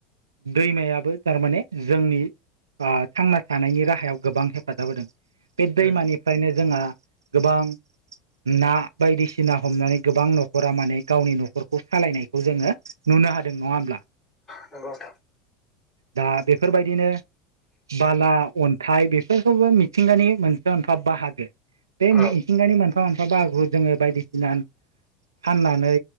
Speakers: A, on the right; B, on the left.
A: दैमायाबो थारमाने जोंनि ओ थांना थानायनि राहायाव गोबां हेफाजाब होदों बे दैमानिफ्रायनो
B: उम
A: जोंहा गोबां ना बायदिसिना हमनानै गोबां न'खरा माने गावनि न'खरखौ सालायनायखौ जोङो नु नो हादों नङा होमब्ला?
B: नोंगौ।
A: दा बेफोरबायदिनो बाला अन्थाइ बेफोरखौबो मिथिंगानि मोनसे अनफाब बाहागो बे
B: औ
A: मिथिंगानि मोनफा मोनफा बागुर जोंङो बायदिसिना फाननानै